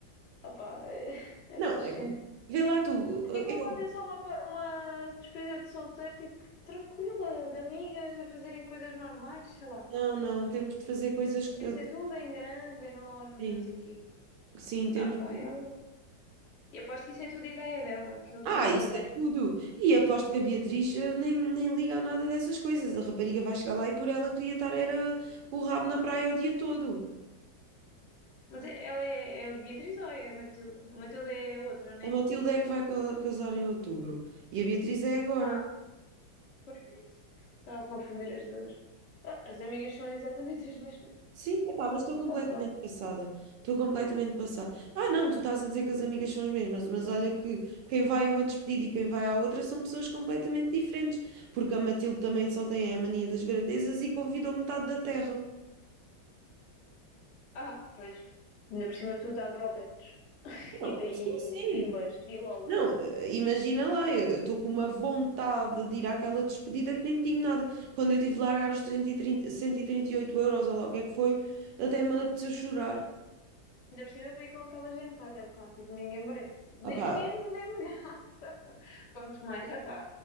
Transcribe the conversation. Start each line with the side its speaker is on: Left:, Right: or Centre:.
Left: Opá, essas
Right: Não, é
Left: cenas.
Right: que,
Left: <laughs>
Right: vê lá tu,
Left: Porquê
Right: eu,
Left: que não podem só uma, uma despedida de solteiro, tipo, tranquila, de amigas, a fazerem coisas normais, sei lá.
Right: não, não, temos de fazer coisas que,
Left: Tem de ser tudo em grande, enorme
Right: sim,
Left: e não sei o quê.
Right: sim, temos
Left: Ah pá,
Right: de...
Left: ela... Eu aposto que isso é tudo ideia dela, que eu estou
Right: Ah,
Left: mesmo
Right: isso
Left: a ver.
Right: é tudo. E aposto que a Beatriz eh, nem, nem liga a nada dessas coisas. A rapariga vai chegar lá e por ela queria estar era com o rabo na praia o dia todo.
Left: Mas é- ela é, é a Beatriz ou é a Matilde? A Matilde é a outra, né?
Right: A Matilde é que vai ca- casar em outubro e a Beatriz é agora.
Left: Ah, pois é isso. Estava a confundir as duas. Ah, as amigas são exatamente as mesmas.
Right: Sim, epá, mas estou completamente
Left: Ah, pá.
Right: passada. Estou completamente passada. Ah, não, tu estás a dizer que as amigas são as mesmas, mas olha que quem vai a uma despedida e quem vai à outra são pessoas completamente diferentes, porque a Matilde também só tem a mania das grandezas e convidou metade da terra.
Left: Ah, pois. Ainda por cima tudo há grobetos.
Right: Não,
Left: E, daí
Right: sim, sim.
Left: bimbas e lolas.
Right: Não, eh, imagina lá, eu estou com uma vontade de ir àquela despedida que nem tinha nada. Quando eu tive de largar os 130, 138 euros ou lá o que é que foi, até me apeteceu chorar.
Left: Ainda por cima veio com aquela gentalha, pá, tipo, ninguém merece.
Right: Opá,
Left: Nem, nem, nem de <laughs> graça. Quanto mais, ah pá,